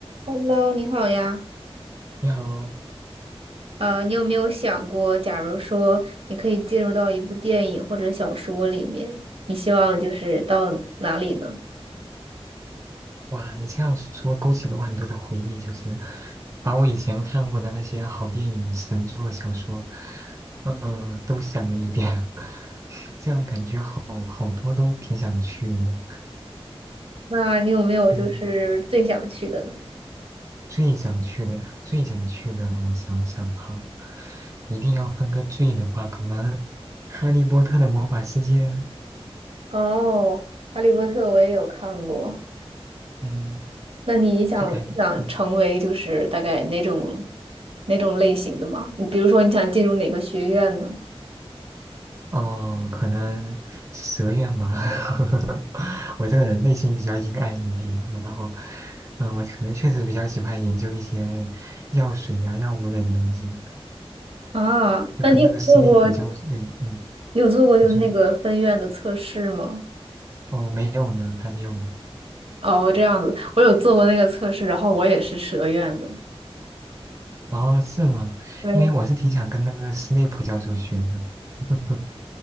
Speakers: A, on the right (about 70°); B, on the right (about 30°).
A: Hello，你好呀。
B: 你好，
A: 呃，你有没有想过，假如说你可以进入到一部电影或者小说里面，你希望就是到哪里呢？
B: 哇，你这样说勾起了我很多的回忆，就是把我以前看过的那些好电影、神作、小说，嗯、都想了一遍，<laughs> 这样感觉好好多都挺想去的。
A: 那你有没有就是最想去的呢？
B: 嗯，最想去的呀，最想去的，我想想哈，一定要分个最的话，可能《哈利波特》的魔法世界，
A: 哦，《哈利波特》我也有看过。
B: 嗯，
A: 那你想想成为就是大概哪种
B: 就感，嗯
A: 哪种类型的吗？你比如说你想进入哪个学院呢？
B: 哦，可能蛇愿吧。<laughs> 我这个人内心比较阴暗一点，然后，嗯、我可能确实比较喜欢研究一些药水呀、药物类的东西，
A: 啊，
B: 就跟那个斯内普教授，
A: 那你有做过
B: 对，嗯，
A: 你有做过就是那个分院的测试吗？
B: 你说，你说哦，没有呢，还没有呢。
A: 哦，这样子，我有做过那个测试，然后我也是蛇院的。
B: 哦，是吗？
A: 对
B: 因为我是挺想跟那个斯内普教授学的，<laughs>